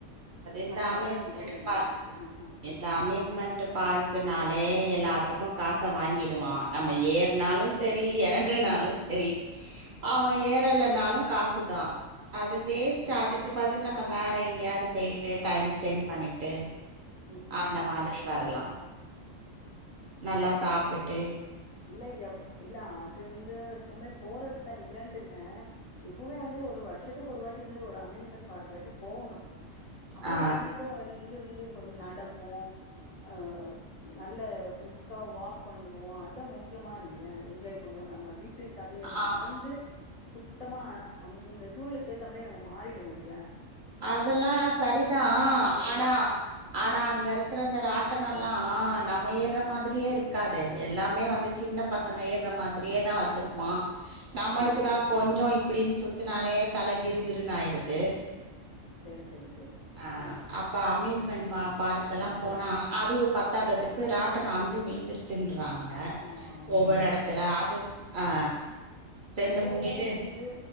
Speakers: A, on the right (about 55°); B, on the left (about 60°).
A: இந்த
B: அது
A: அம்யூஸ்மெண்ட்
B: இறங்கு போது அப்டியே
A: பார்க்
B: இந்துச்சு அ அ
A: இந்த அம்யூஸ்மெண்ட்டு பார்க்குனாலே எல்லாத்துக்கு காச வாங்கிடுவா நம்ம ஏர்னாலு செரி இறங்கனாலு செரி அவன் ஏறலனாலு காசுதா அது வேஸ்டு
B: ம்
A: அதுக்கு
B: ம்
A: பதில் நம்ம வேற எங்கேயாது
B: ம்
A: போயிட்டு டைம் ஸ்பெண்ட் பண்ணிட்டு
B: ம் ம்
A: அந்த
B: ம்
A: மாதிரி வரலா நல்லா சாப்டுட்டு
B: இல்ல எப் இல்ல அது வந்து எப்புமே போறது தா இல்லன்ட்டு இல்ல எப்புமே வந்து ஒரு வருஷத்துக்கு ஒரு வாட்டி வந்து ஒரு அம்யூஸ்மெண்டட் பார்க்காச்சு போகணு அப்பதா
A: ஆ
B: நம்மளுக்கு வந்து வந்து கொஞ்சோ நடப்போ அ நல்ல பிரிஸ்க்கா வாக் பண்ணுவோ அது அதா முக்கியமா இல்லையா என்ஜாய் பண்ணுவோ நம்ம வீட்டு கதைய
A: ஆமா
B: மறந்து சுத்தமா அந்த சூலுக்கு ஏத்த மாறி நம்ம மாறிடுவோ இல்யா
A: அதெல்லா சரிதா
B: அது வந்து
A: ஆனா ஆனா அங்க இருக்கற இந்த ராட்டினோல்லா நம்ம ஏற மாதிரியே இருக்காதே எல்லாமே வந்து சின்ன பசங்க எர்ற மாதிரியேதா வச்சிருப்பா நம்மளுக்கு
B: ம்
A: தா கொஞ்சோ இப்டின்னு சுத்துனாலே தல கிருகிருன்னு ஆயிருது
B: செரி செரி செரி
A: அ அப்ப அம்யூஸ்மெண்ட் பார்க் எல்லா போனா
B: ஓ
A: அதுவு பத்தாததுக்கு ராட்டனோ அருந்து விழுந்திருச்சுன்றாங்க அ
B: ஆமா
A: ஒவ்வொரு எடத்துல அது ஆ ரெண்டு
B: அதுவும்
A: மூணு
B: இருக்கதா
A: இது
B: செய்யுது